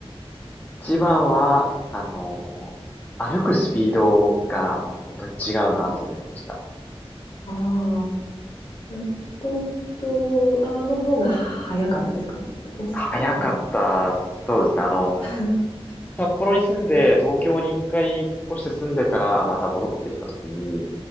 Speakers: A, on the left (about 15°); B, on the left (about 55°).
A: 一番は、あのー歩くスピードが本当に違うなと思いました。
B: ああー、東京側の方が早かったですか遅くはね。
A: 早かった、そうですね。あの、
B: <laughs>
A: 札幌に住んで、東京に一回引っ越して住んでから、また戻ってきた時に、